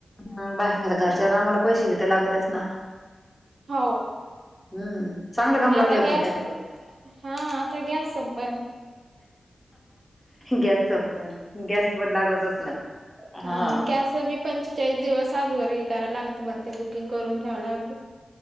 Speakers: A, in the centre; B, on the right.
A: हम् बाया घरच्या कामाला पैसे भी तर लागतस ना.
B: हो.
A: हम्म. चांगलं
B: मग
A: काम लागलय
B: आता गॅस
A: पण त्याच.
B: हा आता गॅस संपण.
A: गॅस संपण. गॅस पण लागतच ना. हा
B: ह गॅस बी पंचेचाळीस दिवस आज वर हे करायला लागत म्हणते बुकिंग करून ठेवाव लागत.